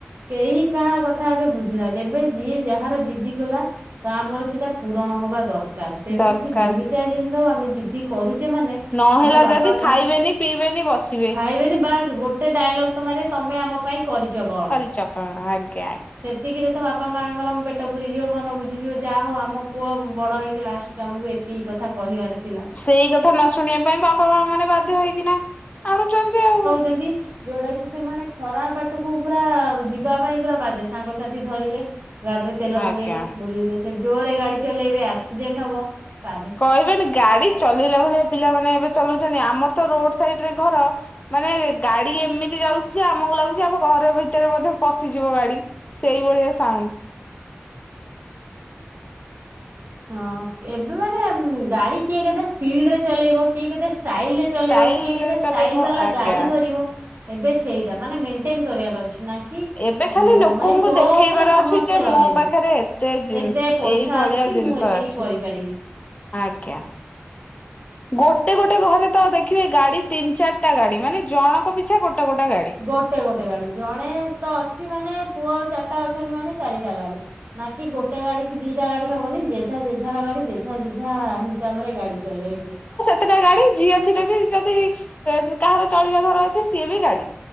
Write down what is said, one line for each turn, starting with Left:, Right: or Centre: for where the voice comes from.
Right: କେହି କାହା କଥା ଏବେ ବୁଝୁନାହନ୍ତି ଏବେ ଯିଏ ଯାହାର ଜିଦିଗଲା ତ ଆମର ସେଇଟା ପୂରଣ ହବା ଦରକାର ତେଣିକି
Left: ଦରକାର
Right: ସେ ଯେମିତିଆ ଜିନିଷ ହ ଆମେ ଯିଦି କରୁଛେ ମାନେ?
Left: ନହେଲା
Right: ଆମ ବାପା
Left: ଯଦି ଖାଇବେନି
Right: ମା
Left: ପିଇବେନି ବସିବେ
Right: ଖାଇବେନି ବାସ୍ ଗୋଟେ ଡାଇଲଗ ତ ମାରିବେ ତମେ ଆମ ପାଇଁ କରିଛ କଣ
Left: କରିଚକଣା ଆଜ୍ଞା ଆଜ୍ଞା।
Right: ସେ ଏତିକିରେ ତ ବାପା ମାଆଙ୍କର ପେଟ ପୁରିଯିବ ମନ ବୁଝିଯିବ ଯାହା ହଉ ଆମ ପୁଅ ବଡ ହେଇକି ଲାଷ୍ଟ ଆମକୁ ଏତିକି କଥା କହିବାର ଥିଲା।
Left: ସେଇ କଥା ନ ଶୁଣିବା ପାଇଁ ବାପା ମା ମାନେ ବାଧ୍ୟ ହେଇକିନା ଆଣୁଚନ୍ତି ଆଉ।
Right: ଚନ୍ତି। ଯୋଉଟା କି ସେମାନେ ଖରା ବାଟକୁ ପୁରା ଯିବା ପାଇଁ ପୁରା ବାଧ୍ୟେ ସାଙ୍ଗସାଥି ଧରିଲେ ଗାଡିରେ ତେଲ
Left: ଆଜ୍ଞା।
Right: ପକେଇଲେ ବୁଲିଲେ ସେ ଜୋରରେ ଗାଡି ଚଲେଇବେ ଆକ୍ସିଡେଣ୍ଟ ହବ ଆ
Left: କହିବେନି ଗାଡି ଚଲେଇଲା ଭଳିଆ ପିଲାମାନେ ଏବେ ଚଲାଉଚନ୍ତି ଆମର ତ ରୋଡ ସାଇଡରେ ଘର। ମାନେ ଗାଡି ଏମିତି ଯାଉଚି ଯେ ଆମକୁ ଲାଗୁଚି ଆମକୁ ଘର ଭିତରେ ବୋଧେ ପଶିଯିବ ଗାଡି। ସେଇଭଳିଆ ସାଉଣ୍ଡ।
Right: ହଁ ଏବେ ମାନେ ଗାଡି କିଏ କେତେ ସ୍ପିଡ ରେ ଚଲେଇବ କିଏ କେତେ ଷ୍ଟାଇଲ ରେ ଚଲେଇବ
Left: ଷ୍ଟାଇଲରେ
Right: କିଏ କେତେ ଷ୍ଟାଇଲ
Left: ଚଲେଇବ
Right: ବାଲା
Left: ଆଜ୍ଞା।
Right: ଗାଡି ଧରିବ ଏବେ ସେଇଟା ମାନେ ମେଣ୍ଟେନ କରିବାର ଅଛି ନା। କି
Left: ଏବେ ଖାଲି ଲୋକଙ୍କୁ
Right: ମାନେ ସୋପ
Left: ଦେଖେଇବାର
Right: ରେ ସମସ୍ତେ
Left: ଅଛି ଯେ
Right: ରହିଲେ
Left: ମୋ ପାଖରେ ଏତେ
Right: ଏତେ ପଇସା
Left: ଏଇ ଭଳିଆ
Right: ଅଛି
Left: ଜିନିଷ
Right: ମୁଁ ଏତିକି
Left: ଅଛି
Right: କରିପାରିବି।
Left: ଆଜ୍ଞା। ଗୋଟେ ଗୋଟେ ଘରେ ତ ଦେଖିବେ ଗାଡି ତିନି ଚାରିଟା ଗାଡି ମାନେ ଜଣଙ୍କ ପିଛା ଗୋଟେ ଗୋଟେ ଗାଡି।
Right: ଗୋଟେ ଗୋଟେ ଗାଡି ଜଣେତ ଅଛି ମାନେ ପୁଅ ଚାରିଟା ଅଛନ୍ତି ମାନେ ଚାରିଟା ଗାଡି। ନା କି ଗୋଟେ ଗାଡି କି ଦିଟା ଗାଡି ହବନି ଜେଝା ଯେଝାର ଗାଡି ଯେ ଯେଝା ଯେଝା ହିସାବରେ ଗାଡି ଚଲେଇବେ।
Left: ଟା ଗାଡି ଝିଅ ଥିଲେ ବି ଯଦି କାହାର ଚଳିବା ଘର ଅଛି ସିଏ ବି ଗାଡି।